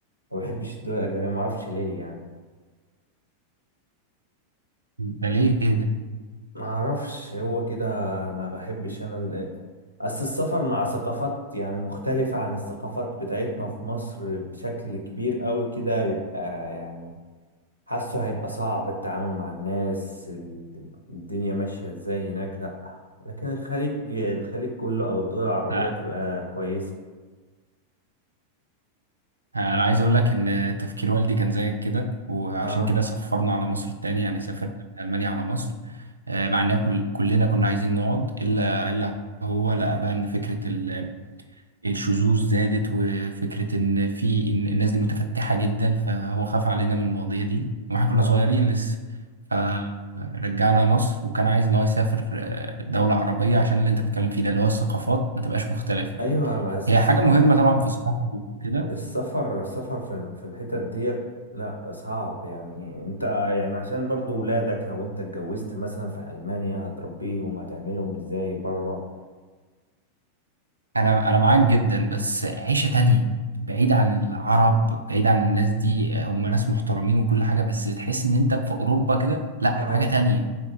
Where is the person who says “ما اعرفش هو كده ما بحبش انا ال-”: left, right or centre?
Left